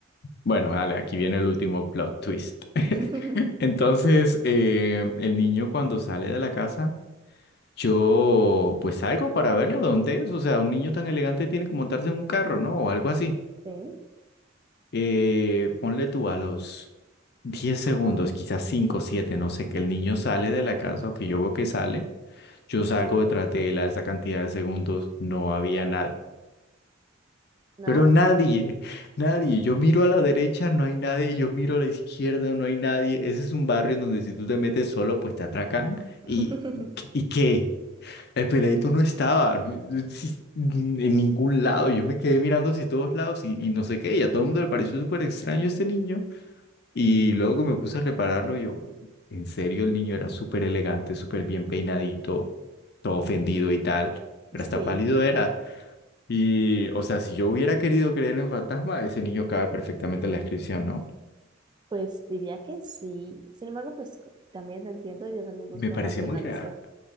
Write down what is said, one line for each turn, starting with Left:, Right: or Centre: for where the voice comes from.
Left: Bueno, dale, aquí viene el último plot twist. <laughs>
Right: <laughs>
Left: Entonces, eh, el niño cuando sale de la casa, yo pues salgo para verlo, ¿de dónde es? O sea, un niño tan elegante tiene que montarse en un carro, ¿no? O algo así.
Right: Sí,
Left: Eh, ponle tú a los 10 segundos, quizás 5, 7, no sé, que el niño sale de la casa o que yo veo que sale. Yo salgo detrás de él a esa cantidad de segundos, no había nada.
Right: nada.
Left: Pero nadie, nadie.
Right: Mm.
Left: Yo miro a la derecha, no hay nadie. Yo miro a la izquierda, no hay nadie. Ese es un barrio en donde si tú te metes solo, pues te atracan.
Right: <laughs>
Left: ¿Y, y qué? El peladito no estaba si- en ningún lado. Yo me quedé mirando hacia todos lados y, y no sé qué. Y a todo el mundo le pareció súper extraño este niño. Y luego que me puse a repararlo, yo, en serio, el niño era súper elegante, súper bien peinadito, todo ofendido y tal. Pero
Right: Sí,
Left: hasta pálido era. Y, o sea, si yo hubiera querido creer en fantasma, ese niño cabe perfectamente en la descripción, ¿no?
Right: pues diría que sí. Sin embargo, pues c- también te entiendo, yo también busco
Left: Me parecía
Right: racionalizar.
Left: muy real.